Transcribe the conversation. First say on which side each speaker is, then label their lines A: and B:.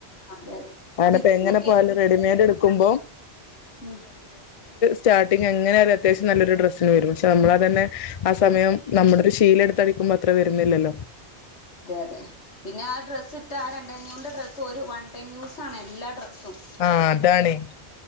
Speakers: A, on the left; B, on the left.
A: അതെ
B: അയനെ
A: സ്റ്റിച്ച്
B: പൊ എങ്ങനെ പോയാലും റെഡിമെയ്ഡ് എടുക്കുമ്പോ.
A: ഉം
B: സ്റ്റാർട്ടിംഗ് എങ്ങനെ ആയാലും അത്യാവശ്യം നല്ലൊരു ഡ്രസ്സിന് വരും പക്ഷ നമ്മളത് തന്നെ ആ സമയം
A: ഉം
B: നമ്മളൊരു ശീലടുത്ത്. അടിക്കുമ്പോ അത്ര വരുന്നില്ലല്ലോ?
A: അതെ അതെ പിന്നെ ആ ഡ്രസ്സ് ഇട്ട് ആ രണ്ടെ അഞ്ഞൂറിന്റെ ഡ്രസ്സ് ഒരു വൺ ടൈം യൂസ്. എല്ലാ ഡ്രസും.
B: ആഹ് അതാണ്